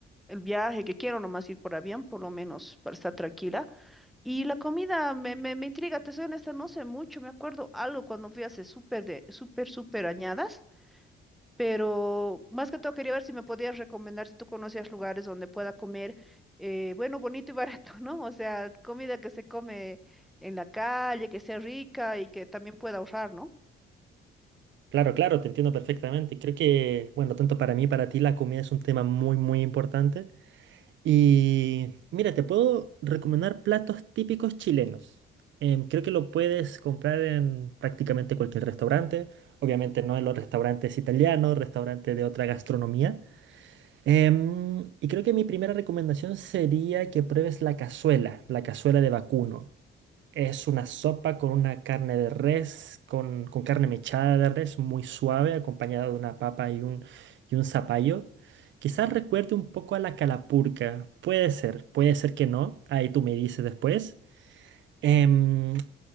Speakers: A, in the centre; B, on the right.
A: El viaje que quiero nomás ir por avión, por lo menos para estar tranquila y la comida me, me, me intriga, te soy honesta, no sé mucho, me acuerdo algo cuando fui hace súper de, súper, súper añadas, pero más que todo quería ver si me podías recomendar, si tú conocías lugares donde pueda comer, eh, bueno, bonito y <laughs> barato, ¿no? O sea, comida que se come en la calle, que sea rica y que también pueda ahorrar, ¿no?
B: Claro, claro, te entiendo perfectamente. Creo que, bueno, tanto para mí, para ti, la comida es un tema muy, muy importante. Y mira, te puedo recomendar platos típicos chilenos. Em, creo que lo puedes comprar en prácticamente cualquier restaurante. Obviamente no en los restaurantes italianos, restaurantes de otra gastronomía. Em, y creo que mi primera recomendación sería que pruebes la cazuela, la cazuela de vacuno. Es una sopa con una carne de res, con, con carne mechada de res, muy suave, acompañada de una papa y un, y un zapallo. Quizás recuerde un poco a la calapurca. Puede ser, puede ser que no. Ahí tú me dices después. Em,